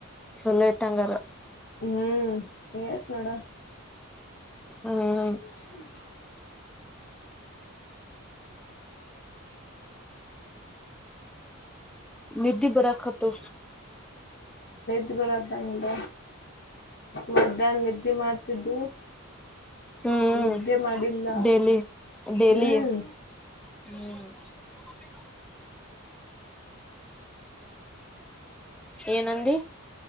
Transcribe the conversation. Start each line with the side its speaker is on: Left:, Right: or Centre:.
Centre: ಚಲ್ಲತಂಗಾರ
Left: ಹ್ಮ್ ತ ನೋಡ
Centre: ಹ್ಮ್
Left: <inaudible>
Centre: ನಿಧಿ ಬರಕತ್ತು
Left: ನ ಬರದ ನೋಡ ಮಧ್ಯಾಹ್ನ ನಿದ್ದೆ ಮಾಡ್ತಿದ್ದು
Centre: ಹ್ಮ್
Left: ವಿದ್ಯೆ ಮಾಡಿಲ್ಲ
Centre: ಡೇಲಿ ಡೇಲಿ
Left: ಹ್ಮ್
Centre: ಹ್ಮ್ ಏನಂದ